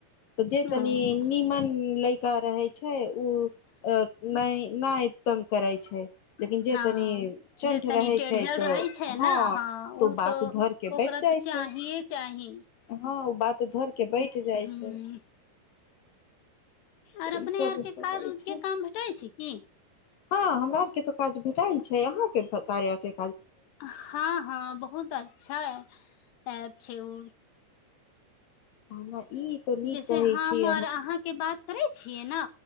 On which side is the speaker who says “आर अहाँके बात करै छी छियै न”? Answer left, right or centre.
Left